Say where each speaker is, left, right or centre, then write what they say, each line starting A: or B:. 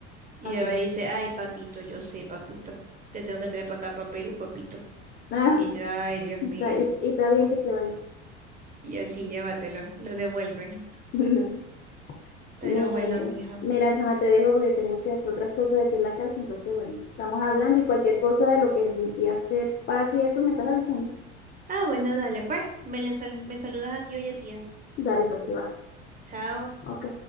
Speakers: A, on the right (about 20°); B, on the left (about 30°).
A: Y
B: Ah,
A: Beba
B: claro.
A: le dice, ay, papito, yo sé, papito. Te tengo que traer para acá, para Perú, papito.
B: Ah,
A: Y ya, ay, Dios
B: está-
A: mío.
B: y, y está bien que se vaya.
A: Y yo sí, llévatelo, lo devuelven.
B: <laughs>
A: Pero
B: Mira,
A: bueno, mija.
B: mira, chama, te dejo porque tengo que hacer otras cosas aquí en la casa. Entonces, bueno, estamos hablando y cualquier cosa de lo que mi tía te pase y eso me estás avisando.
A: Ah, bueno, dale, pues. Me, le sal- me saludas a tío y a tía.
B: Dale, pues, sí va.
A: Chao.
B: Ok.